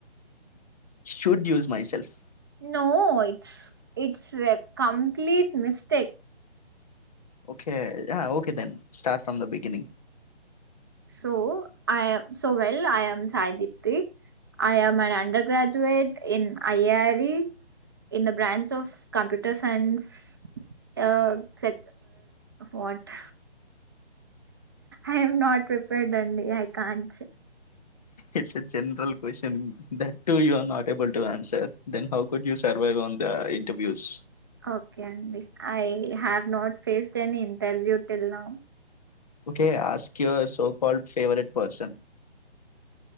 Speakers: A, on the left (about 35°); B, on the right (about 20°).
A: should use myself
B: no it's it's a complete mistake
A: okay okay then start from Dhan beginning
B: so I so well I'm Sai Deepthi I'm an undergraduate in IAR in the branch of computer science yeah yeah what I'm not prepared అండి I can't
A: it's a general question thought your not able to answer then how could you survive on the interviews
B: okay అండి I have not faced any interview till now
A: okay ask your so called favourite person